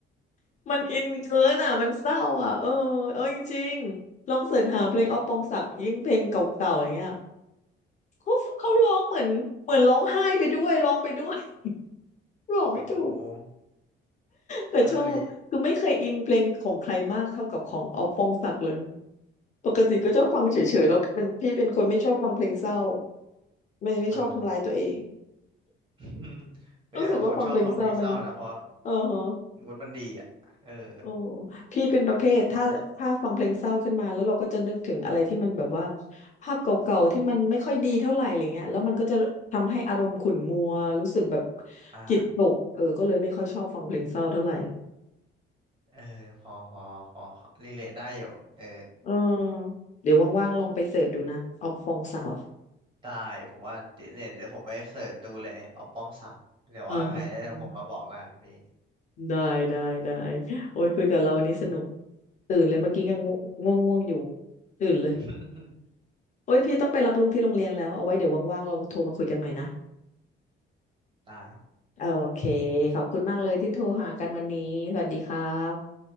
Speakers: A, on the left (about 35°); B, on the right (about 25°).
A: <laughs> มันอินเกินอ่ะมันเศร้าอ่ะเออเออจริงๆลองเสิร์ชหาเพลงอ๊อฟปองศักดิ์ยิ่งเพลงเก่าๆอย่างเงี้ย เขาเขาร้องเหมือนเหมือนร้องไห้ไปด้วยร้องไปด้วย <laughs>
B: โอ้โห
A: ร้องไม่ถูกแต่ชอบคือไม่เคยอินเพลงของใครมากเท่ากับของออฟปองศักดิ์เลย
B: เอ้ย
A: ปกติก็ชอบฟังเฉยๆแล้วเป็นพี่เป็นคนไม่ชอบฟังเพลงเศร้าไม่ไม่ชอบทำร้ายตัวเอง
B: อ่า <laughs> ไม่ได้บางคนชอบฟังเพลงเศร้านะเพราะ
A: รู้สึกว่าฟังเพลงเศร้ามันเออฮะ
B: มูดมันดีอ่ะเออ
A: โอ้พี่เป็นประเภทถ้าถ้าฟังเพลงเศร้าขึ้นมาแล้วเราก็จะนึกถึงอะไรที่มันแบบว่าภาพเก่าๆที่มันไม่ค่อยดีเท่าไหร่อะไรเงี้ยแล้วมันก็จะทำให้อารมณ์ขุ่นมัวรู้สึกแบบ
B: อ่า
A: จิตตกเออก็เลยไม่ค่อยชอบฟังเพลงเศร้าเท่าไหร่
B: เออพอพอพอรีเลทได้อยู่เออ
A: เออเดี๋ยวว่างๆลองไปเสิร์ชดูนะออฟฟองศักดิ์
B: ได้ผมว่าเดี๋ยวเนี่ยเดี๋ยวผมไปเสิร์ชดูเลยออปป้องศักดิ์เดี๋ยวว่าไงเดี๋ยวผมมาบอกร้านพี่
A: เออฮะอือฮะได้ได้ได้โอ้ยคุยกับเราวันนี้สนุกตื่นเลยเมื่อกี้ยังง่วงง่วงอยู่ตื่นเลย
B: <laughs>
A: โอ้ยพี่ต้องไปรับลูกที่โรงเรียนแล้วเอาไว้เดี๋ยวว่างๆเราโทรมาคุยกันใหม่นะ
B: ได้ครับ
A: โอเค ขอบคุณมากเลยที่โทรหากันวันนี้ สวัสดีครับ